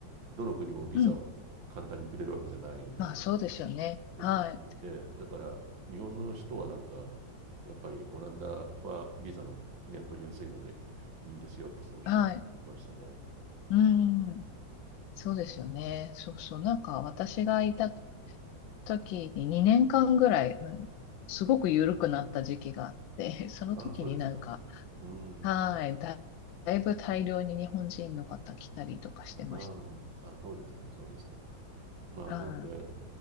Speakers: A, on the right; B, on the left.
A: どの国もビザを簡単にくれるわけじゃないんだけど、
B: え。うん。まあそうですよね。
A: って言っていて、
B: はい。
A: だから日本の人はなんか、やっぱりオランダはビザの、ね、取りやすいのでいいんですよってその人は言ってましたね。
B: はい。うん。そうですよね。そうそう。なんか私がいた時に2年間ぐらい、うんすごく緩くなった時期があって、その時になんか、
A: ああ、そうですか。うん。
B: はい。だ、だいぶ大量に日本人の方来たりとかしてました。
A: ああ、ああそうですか、そうですか。まあ、
B: は
A: なので、